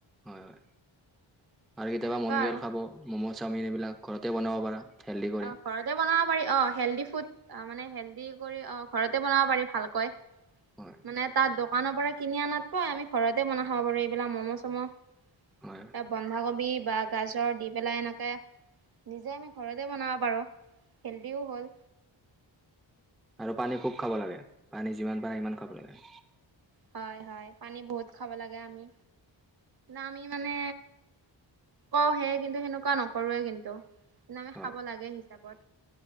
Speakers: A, in the centre; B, on the right (about 50°).
A: হয় হয়, আৰু কেতিয়াবা
B: সেনেকুৱা
A: মনগল
B: আৰু
A: খাব ম'ম' চাওমিন এইবিলাক ঘৰতে বনাব পাৰা। হেল্ডি কৰি
B: অ ঘৰতে বনাব পাৰি অ হেল্ডি ফুড মানে হেল্ডি কৰি অ ঘৰতে বনাব পাৰি ভালকৈ
A: হয়
B: মানে তাত দোকানৰ পৰা কিনি আনাতকৈ আমি ঘৰতে বনাই খাব পাৰো এইবিলাক মম' চম'
A: হয়
B: বন্ধাকবি বা গাজৰ দি পেলাই এনেকে নিজে আমি ঘৰত নিজে বনাব পাৰো হেল্ডিও হ'ল।
A: আৰু পানী খুব খাব লাগে। পানী যিমান পাৰে সিমান খাব লাগে।
B: হয়, হয়, পানী বহুত খাব লাগে আমি আমি মানে, কওঁহে কিন্তু সেনেকুৱা নকৰোৱে কিন্তু। আমি
A: হয়
B: খাব লাগে হিচাপত,